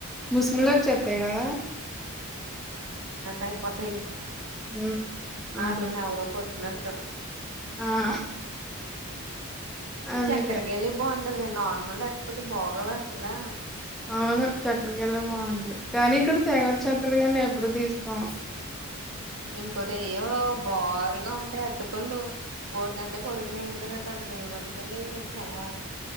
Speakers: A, in the centre; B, on the right (about 70°).
A: ముస్మిలా చెస్తాయి కదా
B: అయిపోత
A: హ్మ్. అవును.
B: ఆటని ఎవరో కొట్టినట్టు
A: ఆ అందుకే.
B: చక్కరగా వెళ్ళి బాగుంటా నార్మల్ అట్టుపళ్లు బాగోవ్ వసలా
A: అవును చక్క్రకళ బాగుంటది కానీ ఇక్కడ తేగచ్చత్రడు కాని ఎప్పుడు తీస్తకోం
B: ఇంకోటి ఏయో బారుగా ఉంటాయి అడ్డుపల్లు ఓడిదంటే కొడుపు నిండిపోయినట్టు అంట తని మటి పపల్ల అ చాలా